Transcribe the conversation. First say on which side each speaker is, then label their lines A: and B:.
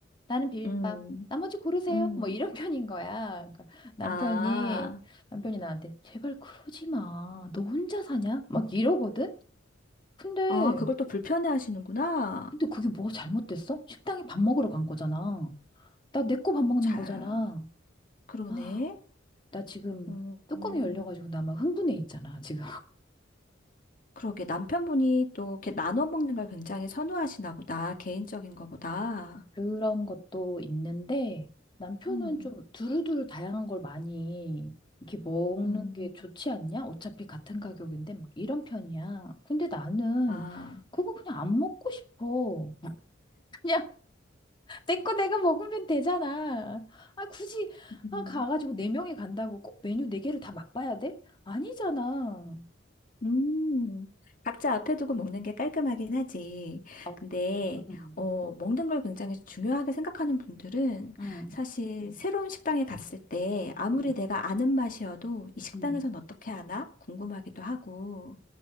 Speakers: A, on the left (about 25°); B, on the left (about 45°).
A: 나는 비빔밥,
B: 음,
A: 나머지 고르세요.
B: 음.
A: 뭐 이런 <laughs> 편인 거야. 그러니까 남편이
B: 아,
A: 남편이 나한테 제발 그러지 마. 너 혼자 사냐? 막 이러거든? 근데,
B: 아, 그걸 또 불편해 하시는구나.
A: 근데 그게 뭐가 잘못됐어? 식당에 밥 먹으러 간 거잖아. 나 내 거 밥 먹는
B: 자,
A: 거잖아.
B: 그러네.
A: 아, 나 지금
B: 음.
A: 뚜껑이 열려가지고 나 막 흥분해 있잖아, 지금. <laughs>
B: 그러게 남편분이 또 이렇게 나눠 먹는 걸 굉장히 선호하시나 보다. 개인적인 거보다.
A: 그런 것도 있는데 남편은
B: 음.
A: 좀 두루두루 다양한 걸 많이 이렇게 먹는
B: 음,
A: 게 좋지 않냐? 어차피 같은 가격인데 막 이런 편이야. 근데 나는
B: 아.
A: 그거 그냥 안 먹고 싶어. <laughs> 그냥 내 거 내가 먹으면 되잖아. 아, 굳이,
B: 음,
A: 아, 가가지고 네 명이 간다고 꼭 메뉴 네 개를 다 맛봐야 돼? 아니잖아.
B: 음, 각자 앞에 두고 먹는 게 깔끔하긴 하지.
A: 아,
B: 근데,
A: 음,
B: 어, 먹는 걸 굉장히 중요하게 생각하는 분들은
A: 음,
B: 사실 새로운 식당에 갔을 때 아무리
A: 음,
B: 내가 아는 맛이어도 이 식당에선
A: 음.
B: 어떻게 하나 궁금하기도 하고